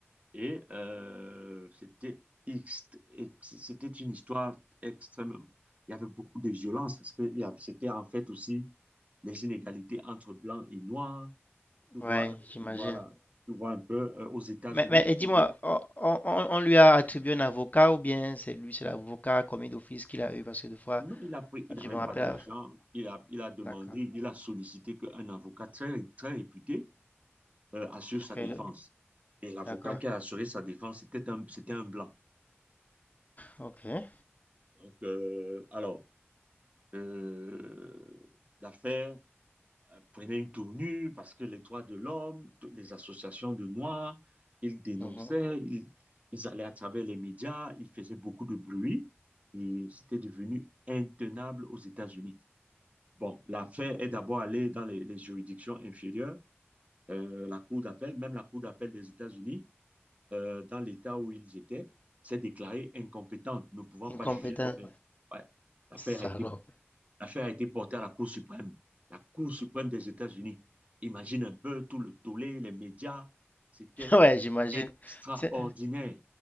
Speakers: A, on the right; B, on the left.
A: et euh, c'était ext- ex- c'était une histoire extrêmement. Il y avait beaucoup de violence parce que il y a- c'était en fait aussi les inégalités entre blancs et noirs. Tu vois,
B: Ouais,
A: euh,
B: j'imagine.
A: voilà, tu vois un peu euh, aux États-Unis.
B: Mais, mais, et Mhm. dis-moi, on, on- on- lui a attribué un avocat ou bien c'est lui, c'est l'avocat commis d'office qu'il a eu parce que des fois,
A: Non, il a pris- il
B: je
A: n'avait
B: me rappelle.
A: pas d'argent.
B: ah,
A: Il a, il a demandé,
B: D'accord.
A: il a sollicité qu'un avocat très, très réputé euh, assure sa
B: Ok,
A: défense.
B: le-
A: Et l'avocat
B: d'accord.
A: qui a assuré sa défense, c'était un, c'était un blanc.
B: Ok.
A: Donc, euh, alors, euh, l'affaire euh, prenaient une tournure parce que les droits de l'homme, toutes les associations de Noirs, ils dénonçaient,
B: Mhm.
A: ils, ils allaient à travers les médias, ils faisaient beaucoup de bruit et c'était devenu intenable aux États-Unis. Bon, l'affaire est d'abord allée dans les, les juridictions inférieures, euh, la Cour d'appel, même la Cour d'appel des États-Unis, euh, dans l'État où ils étaient, s'est déclarée incompétente, ne pouvant
B: Incompétent.
A: pas juger l'affaire. Ouais. L'affaire
B: Salaud.
A: a été L'affaire a été portée à la Cour suprême, la Cour suprême des États-Unis. Imagine un peu tout le tollé, les médias. C'était
B: <laughs> Ouais, j'imagine.
A: extraordinaire.
B: C'est